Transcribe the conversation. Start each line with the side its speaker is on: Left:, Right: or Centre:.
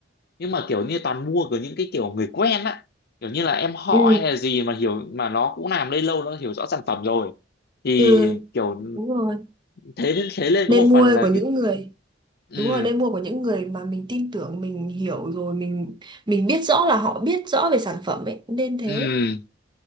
Left: nhưng mà kiểu như toàn mua của những cái kiểu người quen á kiểu như là em họ
Right: ừ,
Left: hay là gì mà hiểu mà nó cũng làm đây lâu nó hiểu rõ sản phẩm rồi thì
Right: ừ,
Left: kiểu
Right: đúng rồi.
Left: thế thế lên
Right: Nên
Left: có một
Right: mua
Left: phần là
Right: của những
Left: kiểu
Right: người
Left: ừ
Right: Đúng rồi, nên mua của những người mà mình tin tưởng, mình hiểu rồi, mình mình biết rõ là họ biết rõ về sản phẩm ấy, nên thế.
Left: ừ